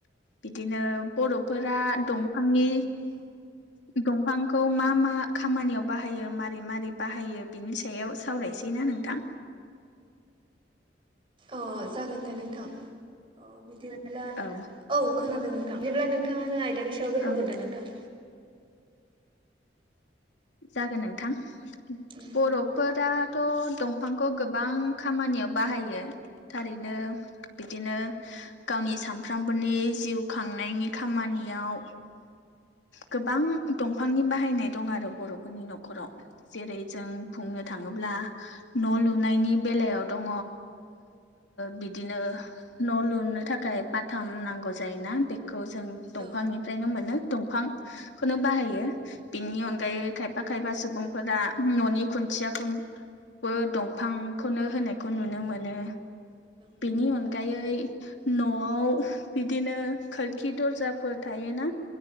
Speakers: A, on the left; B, on the right.
A: बिदिनो बर'फोरा दंफांनि दंफांखौ मा मा खामानियाव बाहायो मारै मारै बाहायो बिनि सायाव सावरायसै ना नोंथां
B: अ जागोन दे नोंथां अ बिदि <unintelligible>
A: औ
B: औ खोनादों नोंथां जेब्ला नोंथाङानो आयदानि सायाव बेखग्रोदों
A: औ
B: नोंथां
A: जागोन नोंथां
B: उम
A: बर'फोराथ' दंफां खौ गोबां खामानियाव बाहायो थारैनो बिदिनो गावनि सानफ्रामबोनि जिउ खांनायनि खामानियाव गोबां दंफांनि बाहायनाय नाय दं आरो बर'फोरनि न'खराव जेरै जों बुंनो थाङोब्ला न' लुनायनि बेलायाव दङ बिदिनो न' लुनो थाखाय बाथाम नांगौ जायोना बेखौ जों दंफांनिफ्रायनो
B: औ
A: मोनो दंफांखौनो बाहायो बिनि अनगायै खायफा खायफा सुबुंफोरा न'नि खुन्थिया खौबो दं फांखौनो होनायखौ नुनो मोनो
B: नंगौ
A: बेनि
B: नोंथां
A: अनगायै न'आव बिदिनो खोरखि दरजाफोर थायोना